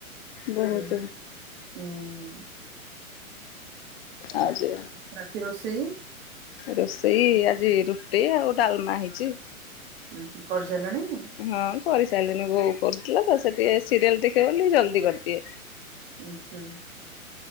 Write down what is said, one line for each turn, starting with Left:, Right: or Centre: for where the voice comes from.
Left: ବହୁତ
Right: ହଁ ହୁଁ।
Left: ଆଉ ଯେ
Right: ରାତି ରୋଷେଇ
Left: ରୋଷେଇ ରୁଟି ଆଉ ଡାଲମା ହେଇଛି।
Right: ହୁଁ କରିସାରିଲଣି?
Left: ହଁ କରିସାରିଲିନି ବୋଉ କରୁଥିଲା ତ ସେ ଟିକେ ସିରିଏଲ ଦେଖିବ ବୋଲି ଜଲ୍ଦି କରିଦିଏ।
Right: ଉଁ ହୁଁ